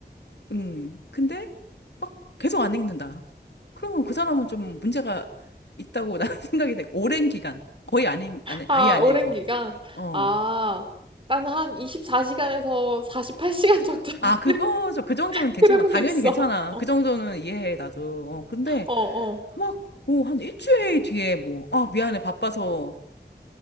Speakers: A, on the left (about 75°); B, on the right (about 30°).
A: 음, 근데 막 계속 안 읽는다. 그러면 그 사람은 좀 문제가 있다고 나는 <laughs> 생각이 돼. 오랜 기간. 거의 안 읽, 안,
B: 아,
A: 아예 안
B: 오랜
A: 읽어.
B: 기간.
A: 어.
B: 아, 난 한 24시간에서 48시간 정도는
A: 아, 그거죠.
B: <laughs>
A: 그 정도는 괜찮아.
B: 그래본
A: 당연히
B: 적 있어.
A: 괜찮아.
B: 어,
A: 그 정도는 이해해, 나도. 어, 근데
B: 어, 어.
A: 막, 뭐, 한 일주일 뒤에 뭐, 아, 미안해. 바빠서